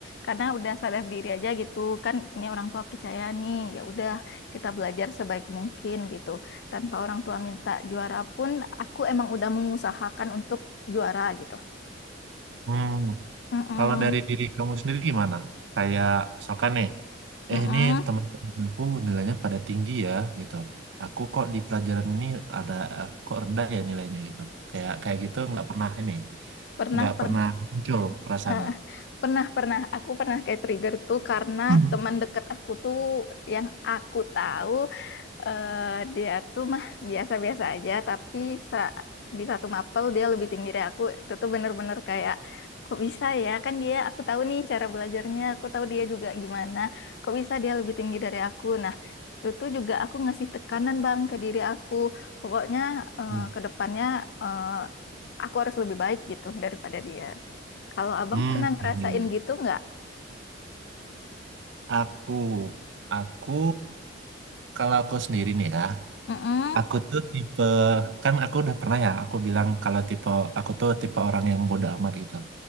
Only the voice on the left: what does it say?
Karena udah sadar diri aja gitu. Kan ini orang tua percaya nih, ya udah kita belajar sebaik mungkin gitu. Tanpa orang tua minta juara pun aku emang udah mengusahakan untuk juara gitu.
Mm-mm,
mm-mm.
Pernah
pernah
Eh, pernah pernah aku pernah kayak trigger tuh karena
teman dekat aku tuh yang aku tahu eh, dia tuh mah biasa-biasa aja tapi sa- di satu mapel dia lebih tinggi dari aku itu tuh bener-bener kayak kok bisa ya kan dia aku tahu nih cara belajarnya aku tahu dia juga gimana kok bisa dia lebih tinggi dari aku nah itu tuh juga aku ngasih tekanan bang ke diri aku pokoknya eh,
ke depannya eh, aku harus lebih baik gitu daripada dia kalau abang
pernah ngerasain
gitu nggak?
Mm-mm.